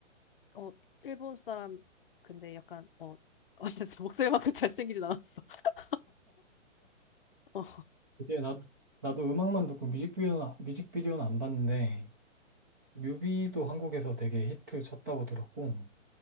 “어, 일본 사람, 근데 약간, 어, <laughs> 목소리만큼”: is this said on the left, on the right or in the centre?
Left